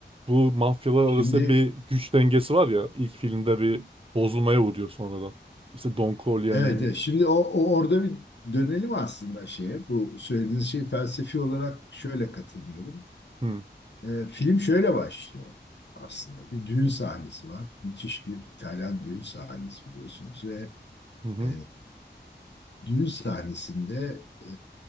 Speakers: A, on the right; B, on the left.
A: Bu mafyalar
B: Şimdi
A: arasında bir güç dengesi var ya ilk filmde bir bozulmaya uğruyor sonradan. İşte Don Corleone'nin
B: evet, evet şimdi o, o orada bir dönelim aslında şeye. Bu söylediğiniz şey felsefi olarak şöyle katılmıyorum.
A: hı
B: Ee, film şöyle başlıyor aslında. Bir düğün sahnesi var. Müthiş bir İtalyan düğün sahnesi biliyorsunuz ve
A: hı hı
B: e, düğün sahnesinde e,